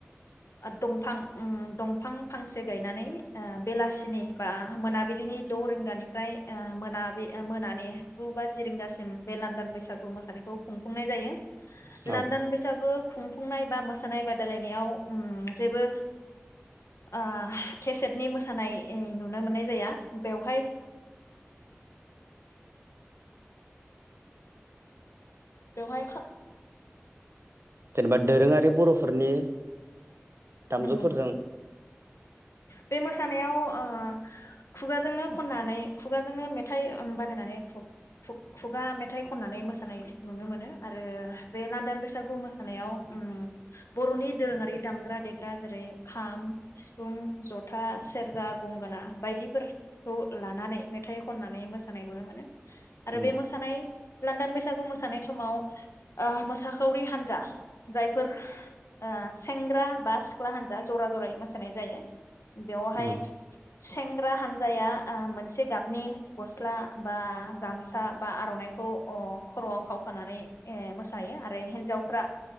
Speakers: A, on the left (about 85°); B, on the right (about 70°).
A: ओ दंफां उम दंफां फांसे गायनानै ओ बेलासिनि बा मोनाबिलिनि द रिंगानिफ्राय ओ मोनाबि मोनानि गु बााजि रिंगासिम बे लान्दां बै बैसागु मोसानायखौ खुंफुंनाय जायो। लानदान
B: औ
A: बैसागु खुंफुंनाय बा मोसानाय बादायलायनायाव उम जेबो ओ केसेटनि मोसानाय ओ नुनो मोननाय जाया बेवहाय बेवहाय खा
B: जेनेबा दोरोङारि बर'फोरनि दामजुफोरजों
A: नंगौ नोंथां बे मोसानायाव ओ खुगाजोंनो खननानै खुगाजोंनो मेथाइ उम बानायनानै खुग-खुग-खुगा मेथाइ खननानै मोसानाय नुनो मोनो आरो बे लान्दान बैसागु मोसानायाव उम बर'नि दोरोङारि दामग्रा देग्रा जेरै खाम सिफ फुं, जथा, सेरजा, गंगोना बायदिफोरखौ लानानै मेथाइ खननानै मोसानाय नुनो मोनो आरो
B: उम
A: बे मोसानाय लान्दान बैसागु मोसानाय समाव ओ मोसाखावरि हान्जा जायफोर ओ सेंग्रा बा सिख्ला हान्जा जरा जरायै मोस मोसानाय जायो बेयावहाय
B: उम
A: सेंग्रा हानजाया ओ मोनसे गाबनि गस्ला बा गामसा बा आर'नाइखौ अ खर'आव खाव खानानै ए मोसायो आरो हिन्जावफ्रा